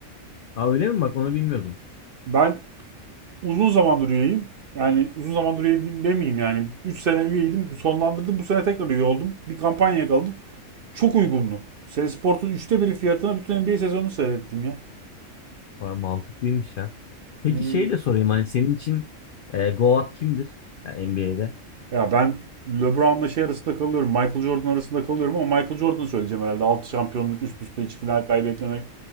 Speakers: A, on the left; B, on the right.
A: Aa, öyle mi? Bak onu bilmiyordum.
B: Ben uzun zamandır üyeyim. Yani uzun zamandır üyeyim demeyeyim yani. üç sene üyeydim sonlandırdım bu sene tekrar üye oldum. Bir kampanya yakaladım. Çok uygundu. Seri üçte biri fiyatına bütün NBA sezonunu seyrettim ya.
A: Vay, mantıklıymış ya. Peki
B: Hmm.
A: şey de sorayım hani senin için e, Goat kimdir? Yani NBA'de.
B: Ya ben LeBron'la şey arasında kalıyorum. Michael Jordan arasında kalıyorum ama Michael Jordan'ı söyleyeceğim herhalde. altı şampiyonluk üst üste hiç final kaybetmemek.